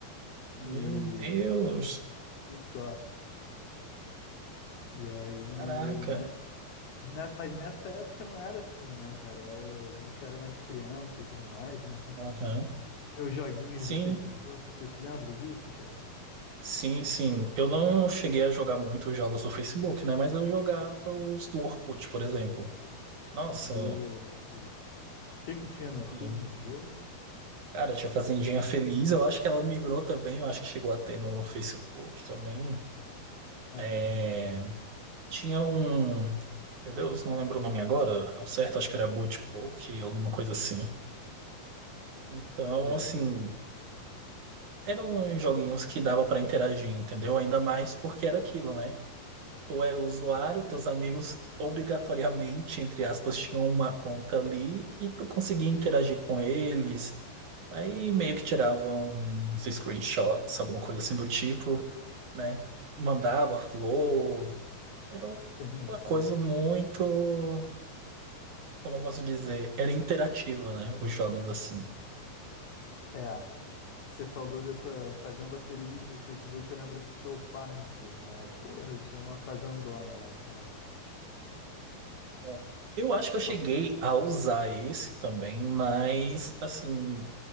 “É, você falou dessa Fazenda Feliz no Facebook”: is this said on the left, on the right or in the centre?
Left